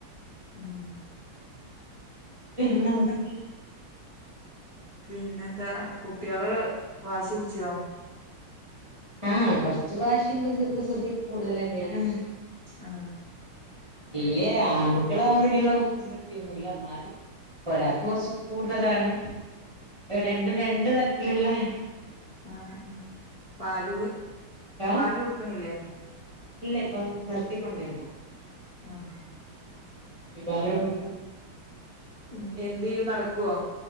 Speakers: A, on the left (about 75°); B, on the right (about 25°).
A: ഉം
B: പിന്നെ എന്തൊക്കെ?
A: പിന്നെ എന്താ കുട്ടികള് വാശി പിട്ച്ചോ?
B: ആ കൊറച്ചു വാശിം കുസൃതിം കൂടുതൽ തന്നെയാണ്
A: ആ
B: ല്ലേ ആൺകുട്ടികളതിരിയുള്ള കുസൃതി ഒന്നുല്ല ന്നാലും ഒരാക്ക് കൊറച്ച് കൂടുതലാണ് രണ്ടും രണ്ടു തരത്തില്ള്ള
A: ആ അ പാല്
B: ആഹ്
A: പാല് കൊടുക്ക്ണില്ലേ
B: ഇല്ല ഇപ്പം നിർത്തിക്കൊണ്ടിരുന്നു.
A: ആഹ്
B: കുപ്പി പാല് കൊട്ക്കും.
A: ഉം എന്ത്‌ ചെയ്യും നടക്കൊ?